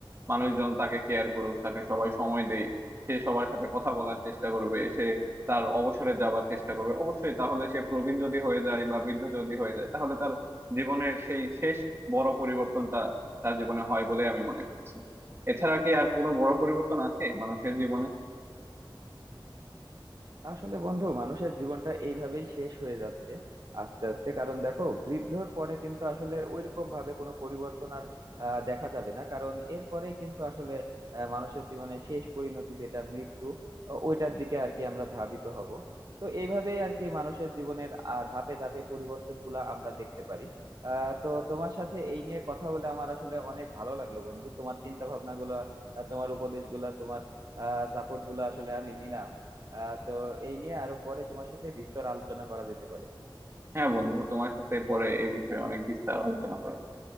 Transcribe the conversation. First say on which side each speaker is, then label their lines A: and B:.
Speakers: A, on the right; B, on the right.
A: মানুষজন তাকে কেয়ার করুক তাকে সবাই সময় দেয় সে সবার সাথে কথা বলার চেষ্টা করবে সে তার অবসরে যাবার চেষ্টা করবে অবশ্যই তাহলে সে প্রবীণ যদি হয়ে যায় বা বৃদ্ধ যদি হয়ে যায় তাহলে তার জীবনের সেই শেষ বড় পরিবর্তনটা তার জীবনে হয় বলে আমি মনে করছি এছাড়া কি আর কোনো বড় পরিবর্তন আছে মানুষের জীবনে
B: আসলে বন্ধু মানুষের জীবনটা এইভাবেই শেষ হয়ে যাচ্ছে আস্তে আস্তে কারণ দেখো বৃদ্ধর পরে কিন্তু আসলে ওইরকম ভাবে কোনো পরিবর্তন আর আহ, দেখা যাবে না কারণ এরপরেই কিন্তু আসলে আহ, মানুষের জীবনের শেষ পরিণতি যেটা মৃত্যু ও- ওইটার দিকে আর কি আমরা ধাবিত হব তো এইভাবেই আর কি মানুষের জীবনের আহ, ধাপে ধাপে পরিবর্তন গুলা আমরা দেখতে পারি আহ তো তোমার সাথে এই নিয়ে কথা বলে আমার আসলে অনেক ভালো লাগলো বন্ধু তোমার চিন্তা ভাবনা গুলা আহ, তোমার উপদেশ গুলা তোমার আহ সাপোর্ট গুলা আসলে আমি নিলাম আহ তো এই নিয়ে আরো পরে তোমার সাথে বিস্তর আলোচনা করা যেতে পারে
A: হ্যাঁ বন্ধু তোমার সাথে পরে এ বিষয়ে অনেক বিস্তার আলোচনা করা যাবে।